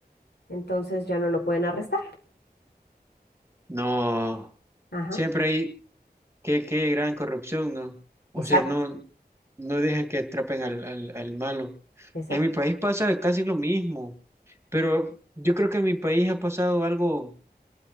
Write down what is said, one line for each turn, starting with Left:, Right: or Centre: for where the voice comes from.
Left: entonces ya no lo pueden arrestar.
Right: No,
Left: Ajá,
Right: siempre hay qué, qué gran corrupción, ¿no? O
Left: exacto,
Right: sea, no, no dejan que atrapen al, al, al malo.
Left: exacto.
Right: En mi país pasa casi lo mismo, pero yo creo que en mi país ha pasado algo,